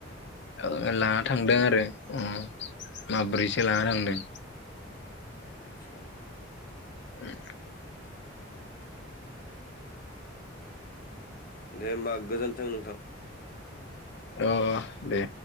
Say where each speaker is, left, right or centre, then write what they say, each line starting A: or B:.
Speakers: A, on the left; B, on the left.
A: औ लाना थांदों आरो अ माब्रैसो लाना थांदों,
B: आदसा
A: उम
B: दे होमबा गोजोन्थों नोंथां।
A: अ अ दे